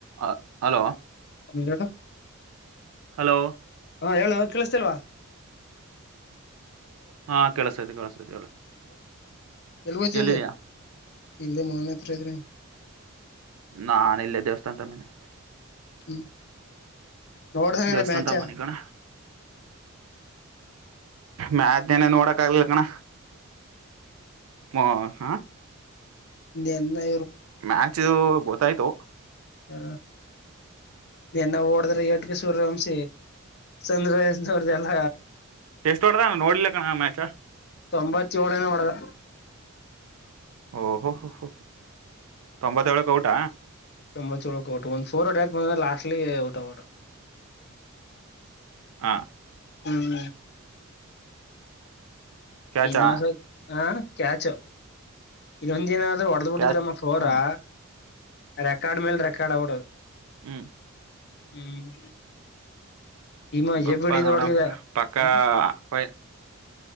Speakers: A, on the right; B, on the left.
A: ಅ hello
B: <unintelligible>
A: hello
B: ಹಾ ಹೇಳು ಕೇಳ್ಸತಿಲ್ವಾ?
A: ಹಾ ಕೆಳ್ಸ್ತೈತೆ ಕೆಳ್ಸೈುತೆ ಹೇಳು
B: ಎಲ್ಲಿಗ್ ಒಯ್ತಿದ್ದಿ?
A: ಎಲ್ಲಿದೀಯಾ
B: ಇಲ್ಲೆ ಮನೆ ಹತ್ರ ಇದಿನಿ
A: ನಾನ್ ಇಲ್ಲೆ ದೇವಸ್ಥಾಂತ ಇದ್ನಿ
B: ಹ್ಮ ನೋಡ್ದೇ ನೆನ್ನ
A: ದೇವಸ್ಥಾನದ
B: ಮ್ಯಾಚ?
A: ಮನೆ ಕಣ ಮ್ಯಾಚ್ ನೆನ್ನೆ ನೋಡಕ್ ಆಗ್ಲಿಲ್ಲ ಕಣ ಓ ಹಾ
B: ನೆನ್ನೆ
A: ಮ್ಯಾಚು ಗೊತ್ತಾಯ್ತು
B: ಹ್ಮ ನೆನ್ನೆ ಓಡ್ದಿರೋ ಏಟ್ಗೆ ಸೂರ್ಯವಂಶಿ <unintelligible> ಓರ್ದೆಲ್ಲ
A: ಎಷ್ಟು ಹೊಡ್ದ ನೋಡ್ಲಿಲ್ಲ ಕಣ ಮ್ಯಾಚ್
B: ತೊಂಬತ್ತೋಳೆ ನೇ ಹೊಡೆದ
A: ಓಹೋ ಹೋ ಹೋ ತೊಂಬತ್ತೇಳುಕ್ ಔಟ?
B: ತೊಂಬ್ಬತ್ ಏಳುಕ್ ಔಟ್, ಒಂದ್ ಫೋರ್ ಓಡಿಯಾಕ್ ಬಂದ ಲಾಸ್ಟಲ್ಲಿ ಔಟ್ ಆಗ್ಬುಟ್ಟಾ
A: ಹಾ
B: ಹ್ಮ್ ಹ್ಮ
A: ಕ್ಯಾಚಾ
B: <unintelligible> ಹಾ ಕ್ಯಾಚು ಇನ್ನೊಂದ ದಿನ ಹೊಡ್ದ್ಬುಟ್ಟುದ್ರಮ್ಮ
A: ಕ್ಯಾಚ್
B: ಫೋರಾ
A: ಹ್ಮ್
B: ರೆಕಾರ್ಡ್ ಮೇಲೆ ರೆಕಾರ್ಡ್ ಆಗ್ಬುಡೋದು
A: ಹ್ಮ್
B: ಹ್ಮ್ ಇಮ್ಮ
A: ಬಪ್ಪ
B: ಎ ಬಿಡಿದ್
A: ನೋಡಮ್
B: ಹೊಡ್ದಿದ
A: ಪಕ್ಕಾ
B: ಹ
A: ಫೈ